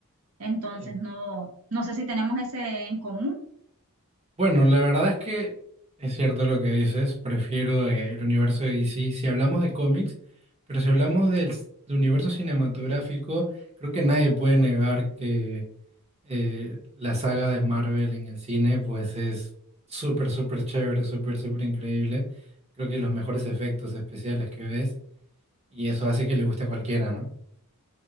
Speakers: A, on the right (about 85°); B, on the right (about 30°).
A: Entonces
B: Sí.
A: no, no sé si tenemos ese en común.
B: Bueno, la verdad es que es cierto lo que dices. Prefiero eh, el universo de DC si hablamos de cómics, pero si hablamos del s- del universo cinematográfico, creo que nadie puede negar que eh, la saga de Marvel en el cine, pues es súper, súper chévere, súper, súper increíble. Creo que los mejores efectos especiales que ves, y eso hace que le guste a cualquiera, ¿no? <laughs>